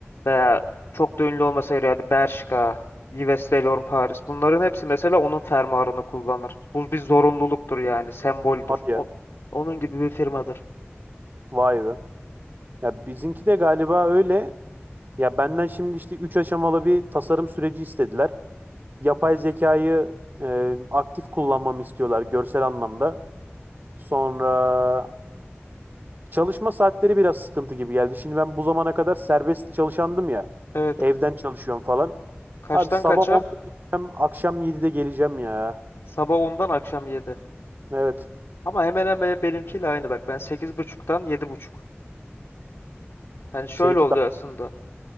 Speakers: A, on the left; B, on the right.
A: veya çok da ünlü olmasaydı yani Bershka, Yves Saint Laurent Paris. Bunların hepsi mesela onun fermuarını kullanır. Bu bir zorunluluktur yani, semboldür.
B: Hadi
A: O-
B: ya.
A: onun gibi bir firmadır.
B: Vay be. Ya bizimki de galiba öyle. Ya benden şimdi işte 3 aşamalı bir tasarım süreci istediler. Yapay zekayı e, aktif kullanmamı istiyorlar görsel anlamda. Sonra çalışma saatleri biraz sıkıntı gibi geldi. Şimdi ben bu zamana kadar serbest çalışandım ya.
A: Evet.
B: Evden
A: k-
B: çalışıyorum falan.
A: Kaçtan
B: Abi sabah
A: kaça?
B: onda gideceğim, akşam 7'de geleceğim ya.
A: Sabah ondan akşam 7.
B: Evet.
A: Ama hemen hemen benimkiyle aynı bak. Ben sekiz buçuktan yedi buçuk. Yani şöyle
B: Seninki
A: oluyor
B: daha...
A: aslında.